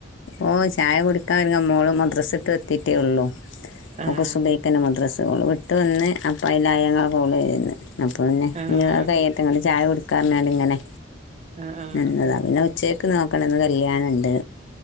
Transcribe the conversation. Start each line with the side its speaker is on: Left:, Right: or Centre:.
Left: ഓഹ് ചായ കുടിക്കാര്ങ്ങാ മോള് മദ്രസട്ട് എത്തിട്ടേ ഉള്ളൂ
Right: ആഹ്
Left: ഓക്ക് സുബൈ മദ്രസ്സ് ഓള് വിട്ട് വന്ന് അപ്പോ <unintelligible> ഇങ്ങളെ കോള് ചെയ്യുന്നെ അപ്പ പിന്നെ
Right: ആഹ്
Left: അത് <unintelligible> ചായ കൊടുക്കാറഞ്ഞാണ്ട് ഇങ്ങനെ
Right: ആഹ് ആഹ്
Left: നിന്നതാ പിന്നെ ഉച്ചേക്ക് നോക് ന്ന് കല്യാണണ്ട്